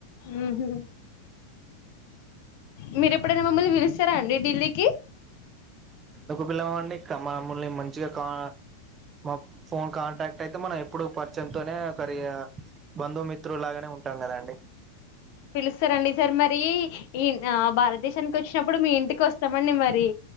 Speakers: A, on the left; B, on the right.
A: ఉహా మీరు ఎప్పుడైనా మమ్మల్ని పిలుస్తారా అండి ఢిల్లీకి
B: ఎందుకు పిల్లవా అండి కా మమ్మల్ని మంచిగా కా మా ఫోన్ కాంటాక్ట్ అయితే మనం ఎప్పుడు పరిచంతోనే ఒకరి బంధుమిత్రులాగానే ఉంటాం కదండి
A: పిలుస్తారండి ఈ సారి మరి ది ఈ ఆ భారతదేశానికి వచ్చినప్పుడు మీ ఇంటికి వస్తామండి మరి